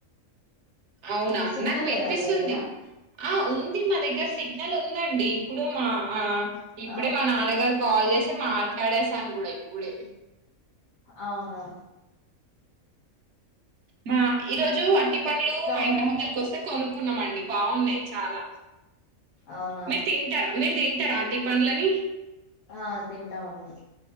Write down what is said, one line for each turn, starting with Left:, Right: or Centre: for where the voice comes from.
Right: అవునా
Left: సిగ్నల్
Right: నాకు వినిపిస్తుంది
Left: లేదా మీ దగ్గర
Right: ఆ ఉంది మా దగ్గర సి సిగ్నల్ ఉందండి ఇప్పుడు మా ఆ ఇప్పుడే
Left: ఆ
Right: మా నాన్నగారు కాల్ చేసి మాట్లాడేసాను కూడా ఇప్పుడే
Left: అవునవును
Right: మా ఈ రోజు అరటి పళ్ళు మా
Left: కూడా
Right: ఇంటి ముందరికొస్తే కొనుక్కున్నామండి బాగున్నాయి చాలా
Left: అవునా
Right: మీరు తింటారా మీరు త్రింటార అటి పళ్ళని
Left: ఆ తింటామండి